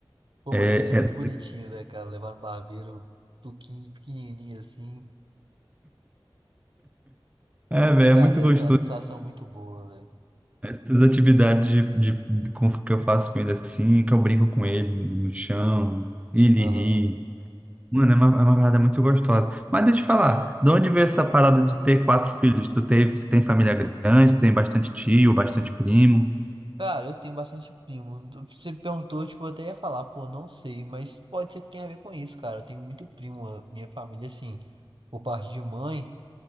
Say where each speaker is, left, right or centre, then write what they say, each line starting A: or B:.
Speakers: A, on the right; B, on the right.
A: Pô,
B: é,
A: mas deve ser muito
B: é,
A: bonitinho, né, cara? Levar no barbeiro tuquinho, pequenininho assim.
B: é, velho,
A: Cara,
B: é muito
A: deve
B: gostoso.
A: ser uma sensação muito boa, velho.
B: As atividades de, de, de- com- que eu faço com ele assim, que eu brinco com ele no chão, ele
A: Aham.
B: ri. Mano, é uma, é uma parada muito gostosa. Mas deixa eu te falar, de onde veio essa parada de ter quatro filhos? Tu teve, você tem família grande, tem bastante tio, bastante primo?
A: Cara, eu tenho bastante primo. Você perguntou, tipo, eu até ia falar, pô, não sei, mas pode ser que tenha a ver com isso, cara. Eu tenho muito primo. a Minha família, assim, por parte de mãe,